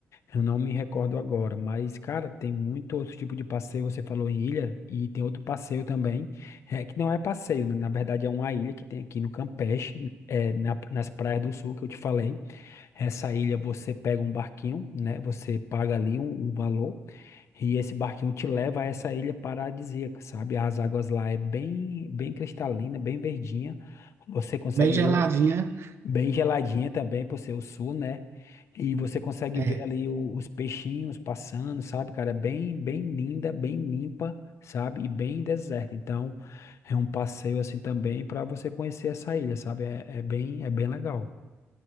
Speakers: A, on the left; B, on the right.
A: Eu não me recordo agora, mas, cara, tem muito outro tipo de passeio. Você falou em ilha, e tem outro passeio também, é, que não é passeio, né? Na verdade é uma ilha que tem aqui no Campeche, é, na- nas praias do sul que eu te falei. Essa ilha você pega um barquinho, né? Você paga ali um, um valor, e esse barquinho te leva a essa ilha paradisíaca, sabe? As águas lá é bem, bem cristalina, bem verdinha. Você consegue
B: Bem geladinha.
A: ver. Bem geladinha também, por ser o sul, né? E você consegue
B: É.
A: ver ali o- os peixinhos passando, sabe, cara? É Bem, bem linda, bem limpa, sabe? E bem deserta. Então, é um passeio assim também para você conhecer essa ilha, sabe? É, é bem, é bem legal.